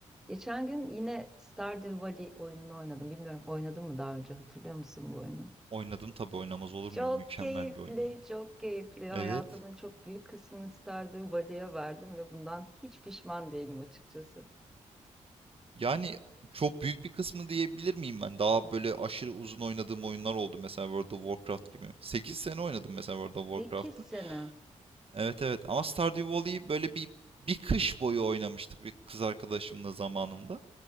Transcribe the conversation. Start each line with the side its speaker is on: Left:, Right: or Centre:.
Centre: Geçen gün yine Stardew Valley oyununu oynadım. Bilmiyorum oynadın mı daha önce hatırlıyor musun bu oyunu?
Right: Oynadım tabii oynamaz olur
Centre: Çok
Right: muyum? Mükemmel
Centre: keyifli,
Right: bir oyun ya.
Centre: çok keyifli.
Right: Evet.
Centre: Hayatımın çok büyük kısmını Stardew Valley'e verdim ve bundan hiç pişman değilim açıkçası.
Right: Yani çok büyük bir kısmı diyebilir miyim ben? Daha böyle aşırı uzun oynadığım oyunlar oldu. Mesela World of Warcraft gibi. sekiz sene oynadım mesela World of
Centre: 8
Right: Warcraft'ı.
Centre: sene.
Right: Evet evet ama Stardew Valley'i böyle bir bir kış boyu oynamıştık bir kız arkadaşımla zamanında.